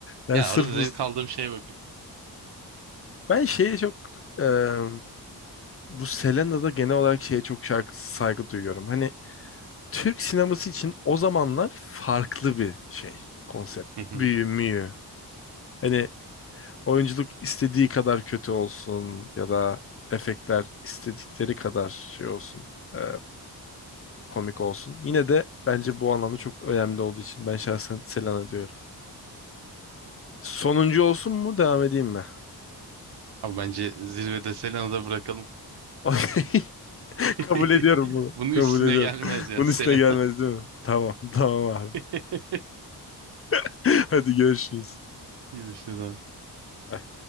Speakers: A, on the left (about 35°); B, on the right (about 75°).
A: Yani
B: Ya
A: sırf
B: orada zevk
A: bu...
B: aldığım şeye bak.
A: Ben şeye çok... eee, bu Selena'da genel olarak şeye çok şarkı saygı duyuyorum. Hani Türk sineması için o zamanlar farklı bir şey, konsept.
B: Hı hı.
A: Büyü, müyü. Hani oyunculuk istediği kadar kötü olsun ya da efektler istedikleri kadar şey olsun, e, komik olsun. Yine de bence bu anlamda çok önemli olduğu için ben şahsen Selena diyorum. Sonuncu olsun mu devam edeyim mi?
B: Abi bence zirvede Selena'da bırakalım.
A: <laughs> Okey.
B: <laughs>
A: Kabul ediyorum bunu.
B: Bunun
A: Kabul
B: üstüne
A: ediyorum.
B: gelmez ya
A: Bunun
B: Selena.
A: üstüne gelmez değil mi? Tamam, tamam abi.
B: <laughs>
A: <laughs> Hadi görüşürüz.
B: Görüşürüz abi.
A: Bye.